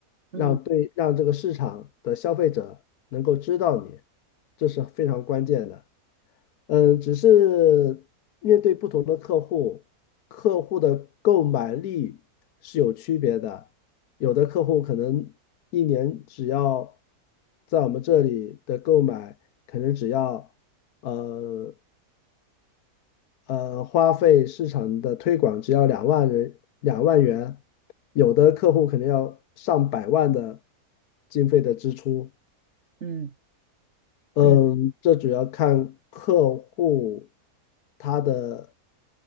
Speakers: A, on the right; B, on the left.
A: 嗯
B: 让对让这个市场的消费者能够知道你，这是非常关键的。嗯，只是面对不同的客户，客户的购买力是有区别的。有的客户可能一年只要在我们这里的购买，可能只要呃呃花费市场的推广只要两万人两万元，有的客户可能要上百万的经费的支出。
A: 嗯
B: 嗯，
A: 嗯。
B: 这主要看客户他的